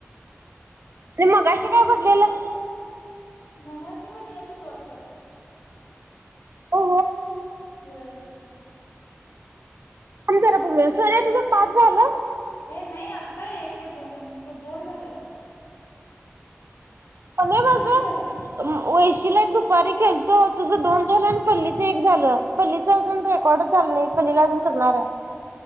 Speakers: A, on the right (about 65°); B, on the left (about 70°).
A: ते मगाशी काय पडलेलं
B: मगाशी पण हेच होतं वाटतं
A: हो
B: व्हय
A: थांब जरा बघुया, सोन्या तुझं पाच झालं
B: हे नाही आता एक काय दोन, दोन झाल्यात
A: कोमे
B: तुझं
A: माझं
B: किती झालं?
A: तिला दुपारी केलतो तुझ दोन झालं आणि पल्लीचं एक झालं पल्लीचं अजून रेकॉर्डच झालं नाही, पल्लीला अजून करणार आहे.